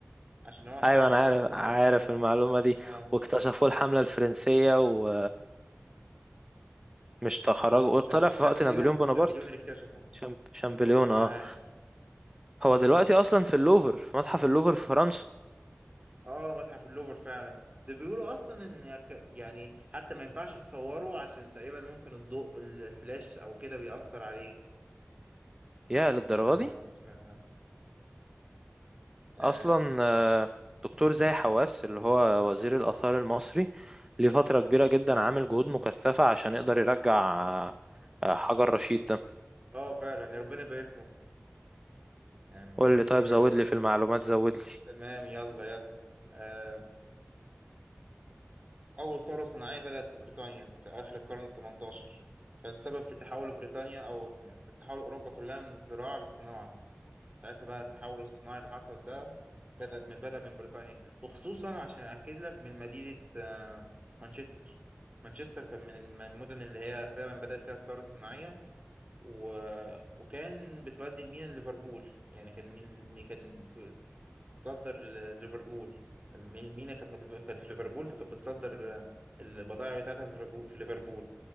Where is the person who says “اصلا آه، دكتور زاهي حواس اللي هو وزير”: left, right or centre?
Right